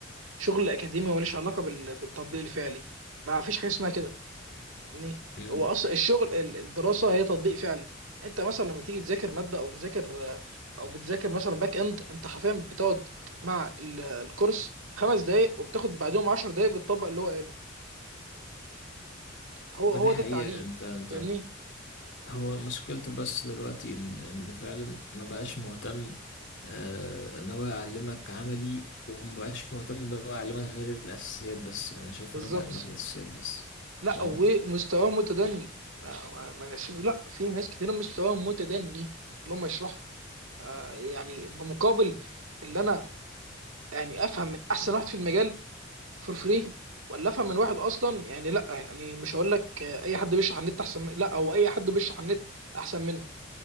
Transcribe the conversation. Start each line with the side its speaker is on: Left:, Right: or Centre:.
Right: الشغل الاكاديمي وماليش علاقه بال- بالتطبيق الفعلي ما فيش حاجه اسمها كده يعني
Left: امم
Right: هو اصلا الشغل ال- الدراسه هي تطبيق فعلي انت مثلا لما تيجي تذاكر ماده او بتذاكر او بتذاكر مثلا باك اند انت حرفيا بتقعد مع ال- الكورس خمس دقايق وبتاخد بعدهم عشر دقايق بتطبق اللي هو قاله هو
Left: ما
Right: هو
Left: دي حقيقة
Right: ده التعليم
Left: انت انت
Right: فاهمني
Left: هو مشكلته بس دلوقتي إن إن فعلا ما بقاش مهتم آه، إن هو يعلمك عملي وما بقاش مهتم إن هو يعلمك غير الأساسيات بس يعني أنا شايف
Right: بالظبط
Left: إنه بيعلمك الأساسيات بس
Right: لا
Left: فاهم
Right: ومستواه متدني ما ما- ما ناس- لا في ناس كتير مستواها متدني اللي هم يشرحوا آه يعني بمقابل اللي انا يعني افهم من احسن واحد في المجال فور فري ولا افهم من واحد اصلا يعني لا يعني مش هقول لك آه، اي حد بيشرح على النت احسن من لا او اي حد بيشرح على النت احسن منه